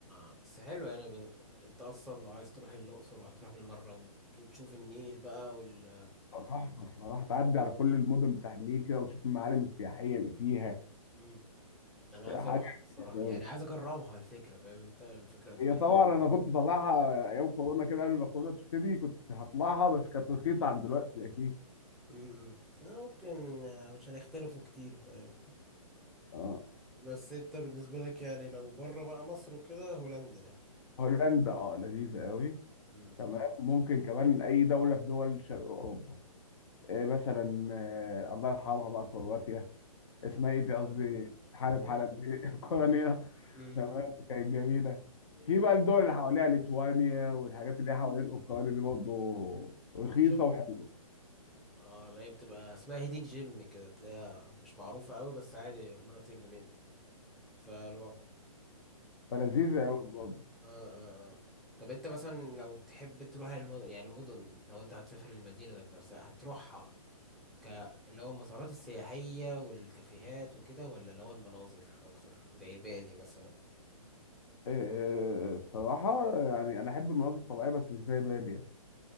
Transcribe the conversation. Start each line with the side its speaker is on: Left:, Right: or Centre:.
Centre: آه. بس حلو يعني ب... انت اصلا لو عايز تروح الاقصر وهتروح بالمره وت- وتشوف النيل بقى وال
Left: تحفة الصراحة تعدي على كل المدن بتاع النيل كده وتشوف المعالم السياحية اللي فيها
Centre: امم انا عايز
Left: حاجة
Centre: اروح الصراحه
Left: كتير
Centre: يعني
Left: أوي
Centre: عايز اجربها الفكره فاهم انت الفكره هتبقى
Left: هي طبعا
Centre: حلوه
Left: أنا كنت طالعها أيام كورونا كده قبل ما كورونا تبتدي كنت هطلعها بس كانت رخيصة عن دلوقتي أكيد
Centre: امم انا ممكن آه، مش هنختلفوا كتير فاهم انت
Left: اه
Centre: بس انت بالنسبه لك يعني لو بره بقى مصر وكده هولندا يعني
Left: هولندا اه لذيذة أوي
Centre: امم
Left: تمام ممكن كمان أي دولة في دول شرق أوروبا إيه مثلا آه، الله يرحمها بقى كرواتيا اسمها إيه دي قصدي
Centre: آه اوكرانيا
Left: حالب حلب دي <laughs> أوكرانيا
Centre: امم
Left: تمام كانت جميله في بقى الدول اللي حواليها ليتوانيا والحاجات اللي هي حوالين اوكرانيا دي برضه رخيصه
Centre: شو
Left: وحلوه
Centre: اه لا هي بتبقى اسمها هيدين جيم كده تلاقيها مش معروفه قوي بس عادي مناطق جميله فالوقت
Left: فلذيذه قوي برضه
Centre: اه اه اه طب انت مثلا لو تحب تروح المدن يعني المدن لو انت هتسافر المدينة ذات نفسها هتروحها ك اللي هو المسارات السياحية والكافيهات وكده ولا اللي هو المناظر أكتر زي بالي مثلا
Left: إيه، الصراحه يعني انا احب المناظر الطبيعيه بس مش زي بالي يعني